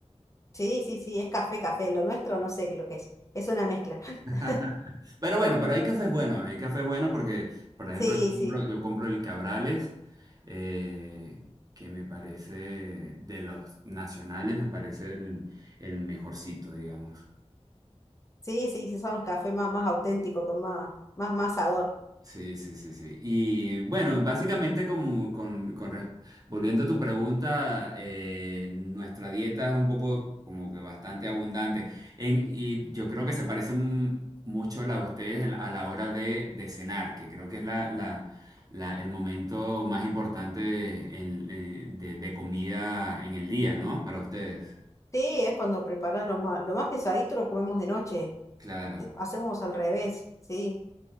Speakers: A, on the left; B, on the right.
A: Sí, sí, sí, es café, café. Lo nuestro no sé qué lo que es. Es una mezcla. <laughs>
B: <laughs> Pero bueno, pero hay cafés bueno hay cafés bueno porque, por ejemplo,
A: Sí,
B: yo compro,
A: sí,
B: yo compro el Cabrales, eh, que me parece de los nacionales, me parece el, el mejorcito, digamos.
A: sí, sí, sí, son los cafés más, más auténticos, con más, más, más sabor.
B: Sí, sí, sí, sí. Y bueno, básicamente como, con, con re- volviendo a tu pregunta, eh, nuestra dieta es un poco como que bastante abundante. En- y yo creo que se parece mm, mucho la de ustedes en- a la hora de, de cenar, que creo que es la, la- la- el momento más importante de, en- eh, de- de comida en el día, ¿no? Para ustedes.
A: Sí, es cuando preparas lo más, lo más pesadito lo comemos de noche.
B: Claro,
A: eh, Hacemos al revés, sí.